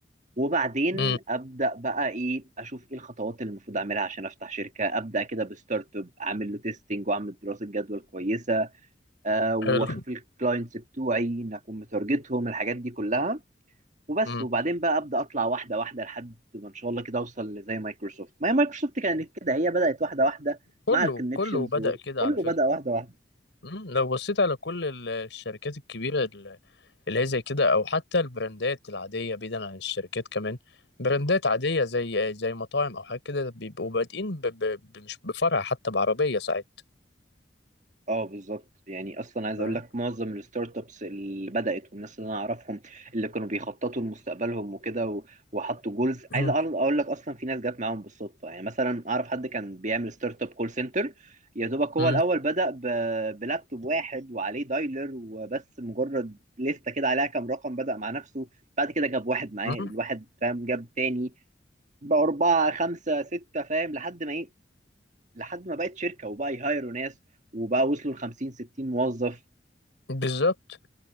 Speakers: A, on the right; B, on the left.
A: وبعدين
B: أمم،
A: ابدا بقى ايه اشوف ايه الخطوات اللي المفروض اعملها عشان افتح شركه ابدا كده بستارت اب اعمل له تيستنج واعمل دراسه جدوى كويسه أه واشوف
B: حلو
A: الكلاينتس بتوعي ان اكون متارجتهم الحاجات دي كلها وبس
B: امم
A: وبعدين بقى ابدا اطلع واحده واحده لحد ما ان شاء الله كده اوصل لزي مايكروسوفت ما هي مايكروسوفت كانت كده هي بدات واحده واحده
B: كله
A: مع الكونكشنز
B: كله بدأ كده
A: كله
B: على فكرة
A: بدا واحده واحده
B: امم لو بصيت على كل ال- الشركات الكبيرة اللي هي زي كده او حتى البراندات العاديه بعيدا عن الشركات كمان براندات عاديه زي زي مطاعم او حاجه كده بيبقوا بادئين ب... ب... ب- مش بفرع حتى بعربيه ساعات
A: اه بالظبط يعني اصلا عايز
B: فاهم؟
A: اقول لك معظم الستارت ابس اللي بدات والناس اللي انا اعرفهم اللي كانوا بيخططوا لمستقبلهم وكده و- وحطوا جولز عايز
B: مم.
A: اعرض اقول لك اصلا في ناس جت معاهم بالصدفه يعني مثلا اعرف حد كان بيعمل ستارت اب كول سنتر يا دوبك هو
B: مم.
A: الاول بدا ب- بلابتوب واحد وعليه دايلر وبس مجرد لسته كده عليها كام رقم بدا مع نفسه بعد كده جاب واحد معاه
B: مم.
A: الواحد فاهم جاب تاني بأربعة خمسة ستة فاهم لحد ما إيه لحد ما بقت شركه وبقى يهايروا ناس وبقى وصلوا ل 50 60 موظف
B: بالظبط